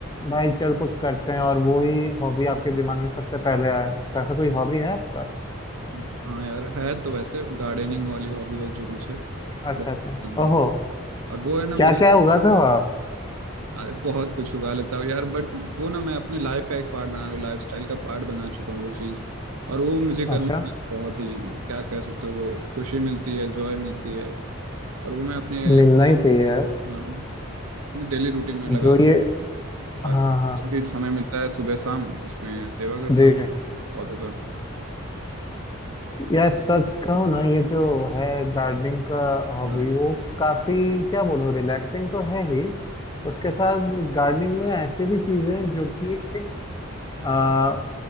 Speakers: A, on the left (about 20°); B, on the right (about 85°).
A: भाई चल कुछ करते हैं और वो ही हॉबी आपके दिमाग में सबसे पहले आए तो ऐसा कोई हॉबी है आपका
B: हाँ यार है तो वैसे गार्डनिंग वाली हॉबी है जो मुझे
A: अच्छा
B: बहुत
A: अच्छा
B: पसंद है
A: ओहो
B: और वो है ना
A: क्या
B: मुझे
A: क्या उगाते हो आप
B: अरे बहुत कुछ उगा लेता हूँ यार बट वो ना मैं अपने लाइफ का एक पार्ट बना रहा हूँ लाइफ स्टाइल का पार्ट बना चुका हूँ वो चीज़ और वो मुझे करने
A: अच्छा
B: में बहुत ही क्या कह सकते हो वो खुशी मिलती है जॉय मिलती है और वो मैं अपने
A: मिलना ही चाहिए यार
B: हाँ अपनी डेली रूटीन में लगा
A: जो ये
B: और
A: हाँ हाँ
B: जब भी समय मिलता है सुबह शाम उसमें सेवा करता
A: जी
B: हूँ पौधों का
A: यार सच कहूँ ना ये जो है गार्डनिंग का हॉबी
B: हाँ
A: वो काफी क्या बोलूँ रिलैक्सिंग तो है ही उसके साथ गार्डनिंग में ऐसी भी चीजें हैं जो कि आ,